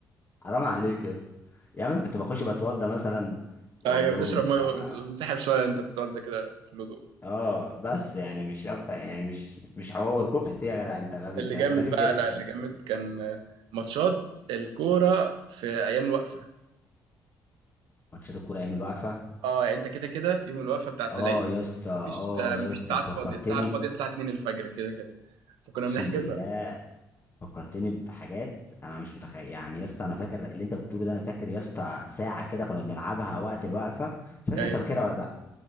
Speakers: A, on the left; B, on the right.
A: حرام عليك يا اسطى يا عم انا كنت بخش بتوضى مثلا واقول
B: ايوه
A: لهم
B: وتشرب ميه وتنسحب
A: آه،
B: شويه انت بتقعد كده في الهدوء
A: اه بس يعني مش اكتر يعني مش مش حوار كفت يا جدع انت غبي
B: اللي
A: انت أنت
B: جامد
A: غريب
B: بقى
A: جدا
B: لا اللي جامد كان ماتشات الكوره في ايام الوقفه
A: ماتشات الكوره ايام الوقفه
B: اه يعني انت كده كده يوم الوقفه بتاعت
A: اه
B: العيد
A: يا اسطى اه
B: مفيش مفيش
A: يا اسطى
B: ساعات
A: فكرتني
B: فاضيه الساعه الفاضيه الساعه 2 الفجر كده كده فكنا
A: اقسم
B: بنحجزها
A: بالله فكرتني بحاجات انا مش متخيل يعني يا اسطى انا فاكر اللي انت بتقوله ده انا فاكر يا اسطى ساعه كده كنا بنلعبها وقت الوقفه مش فاكر
B: يعني
A: انت فاكرها ولا لا